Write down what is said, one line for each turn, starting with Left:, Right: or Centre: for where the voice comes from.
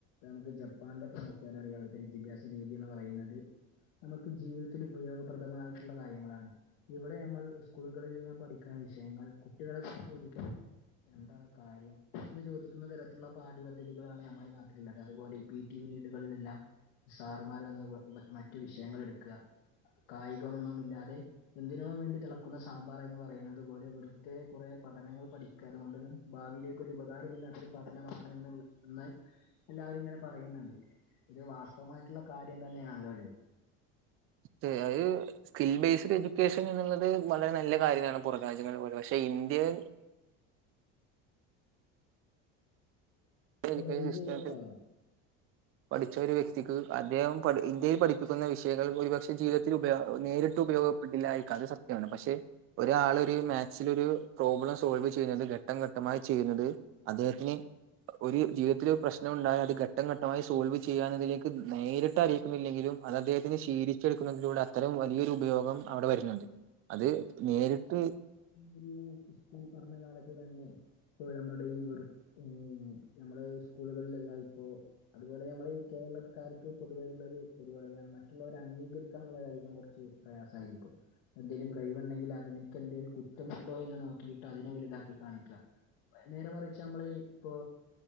Left: നമുക്ക് ജപ്പാൻലൊക്കെ നോക്കിയാലറിയാം അവ്ട്ത്തെ വിദ്യാഭ്യാസ രീതിന്നാ പറയുന്നത്. നമുക്ക് ജീവിതത്തില് ഉപയോഗപ്രദമായിട്ടുള്ള കാര്യങ്ങളാണ്. ഇവിടെ യമ്മൾ സ്കൂളുകളിലെല്ലാം പഠിക്കാൻ വിഷയങ്ങൾ കുട്ടികളെ <inaudible> ചോദിക്കാൻ എന്താണ ഹ് കാര്യം എന്ന് ചോദിക്കുന്ന തരത്തിൽള്ള പാഠ്യപദ്ധതികളാണ് നമ്മടെ ഈ നാട്ടില്ള്ളത്. അതുപോലെ ഈ പി ടി രീടുകൾലെല്ലാം സാറുമാര് വന്ന് വ മ മറ്റു വിഷയങ്ങൾ എടുക്കാ. കായികമൊന്നുമില്ലാതെ എന്തിനോ വേണ്ടി തിളക്കുന്ന സാമ്പാറ് എന്ന് പറയുന്നത് പോലെ വെർതേ കൊറേ പഠനങ്ങൾ പഠി ക്കാ. അതുകൊണ്ടൊരു ഭാവിയിലേക്കൊരു ഉപകാരമി ല്ലാത്തൊരു പഠനമാണ് എന്നുള്ള ന്ന് എല്ലാവരും ങ്ങനെ പറയുന്ന്ണ്ട്. ഇത് വാസ്തവമായിട്ട്ള്ള കാര്യം തന്നെയാണ്ല്ലോ ലെ
Right: സ്‌ത്തെ അഹ് സ്കിൽ ബെയ്സ്ഡ് എജുക്കേഷൻ എന്ന്ള്ളത് വളരെ നല്ല കാര്യം തന്നേണ് പൊറം രാജ്യങ്ങൾ പോലെ. പക്ഷെ ഇന്ത്യേൽ എജുക്കേഷൻ
Left: റേഞ്ച്
Right: സിസ്റ്റ <unintelligible>
Left: കട്ടായോ?
Right: പഠിച്ച ഒര് വ്യക്തിക്ക് അദ്ദേഹം പഠി ഇന്ത്യയിൽ പഠിപ്പിക്കുന്ന വിഷയങ്ങൾ ഭൂരിപക്ഷെ ജീവിതത്തില് ഉപയോഗ നേരിട്ട് ഉപയോഗം പെട്ടില്ലായിക്കാം അത് സത്യാണ്. പക്ഷെ ഒരാളൊര് മാക്സിലൊരു പ്രോബ്ലം സോൾവ് ചെയ്യുന്നത് ഘട്ടം ഘട്ടമായി ചെയ്യുന്നത് അദ്ദേഹത്തിന് ഒര് ജീവിതത്തില് പ്രശ്നമു ണ്ടായാൽ അത് ഘട്ടം ഘട്ടമായി സോൾവ് ചെയ്യാന്നതിലേക്ക് നേരിട്ടറി ക്കുമില്ലെങ്കിലും അത് അദ്ദേഹത്തിന് ശീലിച്ചെടുക്കുന്നതിലൂടെ അത്തരം വലിയൊരു ഉപയോഗം അവടെ വരുന്നുണ്ട്. അത് നേരിട്ട്
Left: ഒരു സ്കൂൾ പഠന കാലത്ത് തന്നെ ഇപ്പൊ നമ്മൾടെ ഈ വെറ് ഏഹ് നമ്മടെ സ്കൂളുകളിലെല്ലാം ഇപ്പോ അതുപോലെ നമ്മള് ഈ കേരളക്കാർക്ക് പൊതുവേ ള്ളൊരു പരിപാടിയാണ് മറ്റുള്ളവരെ അംഗീകരിക്കാനുള്ള <unintelligible> യധികം കൊർച്ച് പ്രയാസായിരിക്കും. എന്തേലും കഴിവുണ്ടെങ്കില് അവനിക്ക് എന്തേലും കു കുറ്റമുണ്ടോ എന്ന് നോക്കിയിട്ട് അതിനെ വലുതാക്കി കാണിക്കാ. അഹ് നേരെ മറിച്ച് അമ്മള് ഇപ്പൊ